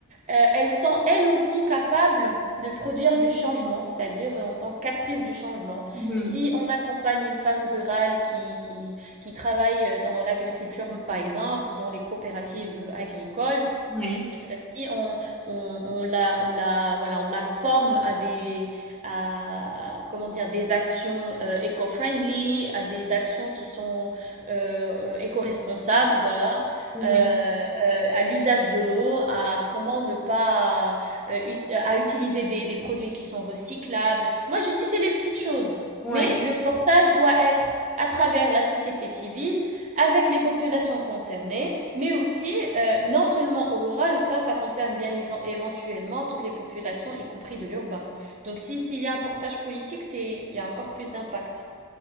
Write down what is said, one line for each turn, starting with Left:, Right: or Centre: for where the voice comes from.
Right: euh, elles sont elles aussi capables de produire du changement, c'est-à-dire euh, en tant qu'actrice du changement.
Centre: mhm,
Right: Si on accompagne une femme rurale qui, qui, qui travaille euh, dans l'agriculture, par exemple, ou dans les coopératives euh, agricoles,
Centre: ouais,
Right: euh, si on, on, on la, on la, voilà, on la forme à des, à, comment dire, des actions euh, éco-friendly, à des actions qui sont euh, euh, éco-responsables, voilà,
Centre: mhm,
Right: euh, euh, à l'usage de l'eau, à comment ne pas, euh, ut- à utiliser des, des produits qui sont recyclables. Moi, je dis c'est les petites choses,
Centre: ouais.
Right: mais le portage doit être à travers la société civile, avec les populations concernées mais aussi euh, non seulement au rural, ça, ça concerne bien éventuellement toutes les populations, y compris de l'urbain. Donc si s'il y a un portage politique, c'est il y a encore plus d'impact.